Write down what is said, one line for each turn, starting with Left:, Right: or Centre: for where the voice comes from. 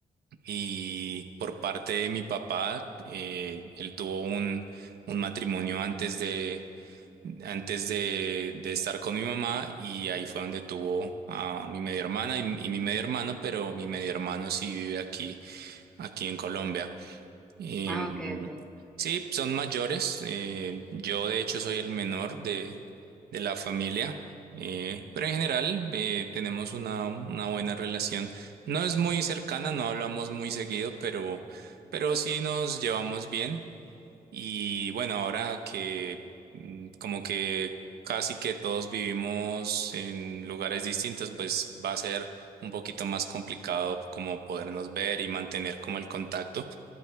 Right: Y por parte de mi papá, eh, él tuvo un, un matrimonio antes de, antes de, de estar con mi mamá y ahí fue donde tuvo a mi media hermana y, y mi medio hermano, pero mi medio hermano sí vive aquí, aquí en Colombia. Em,
Centre: Ah, ok, ok.
Right: sí, son mayores. eh, yo de hecho soy el menor de, de la familia, eh, pero en general eh, tenemos una, una buena relación. No es muy cercana, no hablamos muy seguido, pero, pero sí nos llevamos bien. Y bueno, ahora que mm, como que casi que todos vivimos en lugares distintos, pues va a ser un poquito más complicado como podernos ver y mantener como el contacto.